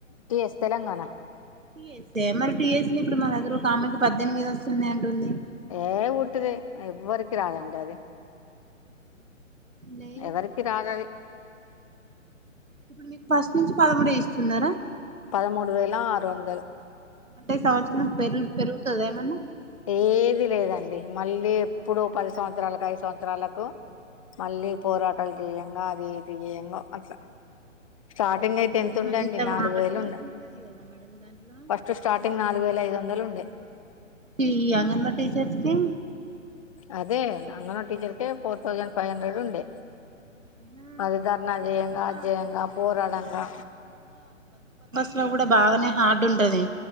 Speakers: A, on the left; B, on the right.
A: టీ ఎస్ తెలంగాణ
B: టీఎస్ే మరి టీఎస్ది ఇప్పుడు మా దగ్గర ఒకమెకి పద్దెనిమిది వస్తున్నయి అంటుంది
A: ఏ ఊట్టిదే ఎవ్వరకి రాదండి అది
B: లే
A: ఎవరికి రాదది
B: ఇప్పుడు మీకు ఫస్ట్ నుంచి పదమూడుే ఇస్తాంది సున్నారా
A: పదమూడు వేలలా ఆరు వందలు
B: అంటే ఈ సంవత్సరం పెరుగు పెరుగుతుంద ఏమన్నా
A: ఏది లేదండి మళ్ళీ ఎప్పుడుూ పది సంవత్సరాలకు ఐదు సంవత్సరాలకు మళ్ళీ పోరాటాలు చేయంగా అది తీయయంగా అట్లా స్టార్టింగ్
B: అయ్యో
A: అయితే ఎంతత్ ఉండండి
B: అంత
A: నాలుగు
B: హార్డ్
A: వేలున్నా
B: వర్క్ ఉంటది కదా మేడం దాంట్లో
A: ఫస్ట్ స్టార్టింగ్ నాలుగు వేల ఐదు వంద నండలుండే
B: ఈ అంగమా టీచర్స్కి
A: అదే అంగన టీచర్కి ఫోర్ తౌసండ్ ఫైవ్ హండ్రెడ్ ఉండే
B: ఆ
A: అది ధర్నా జయంగా
B: ఆహా
A: అ జయంగా పోరాడంగా
B: ఇట్ లో కూడా బాగానే హార్డ్ ఉంటది